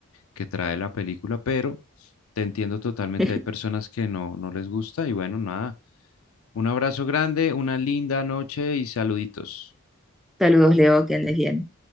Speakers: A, on the left (about 70°); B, in the centre.
A: que trae la película, pero te entiendo totalmente,
B: <laughs>
A: hay personas que no, no les gusta y bueno, nada, Un abrazo grande, una linda noche y saluditos.
B: Saludos, Leo, que andes bien.